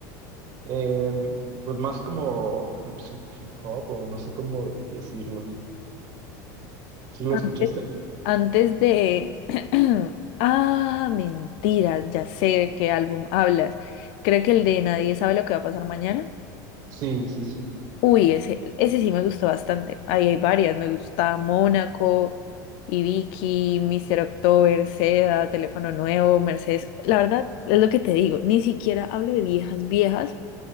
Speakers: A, on the right; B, on the left.
A: em, pues más como hip, so, hip hop o no sé cómo decirlo. ¿Sí lo
B: Antes,
A: escuchaste?
B: antes de... <clears throat> Ah, mentiras, ya sé de qué álbum hablas. Creo que el de Nadie sabe lo que va a pasar mañana.
A: Sí, sí, sí.
B: Uy, ese, ese sí me gustó bastante. Ahí hay varias. Me gusta Mónaco, Ibiki, Mr. October, Seda, Teléfono Nuevo, Mercedes. La verdad, es lo que te digo. Ni siquiera hablo de viejas, viejas,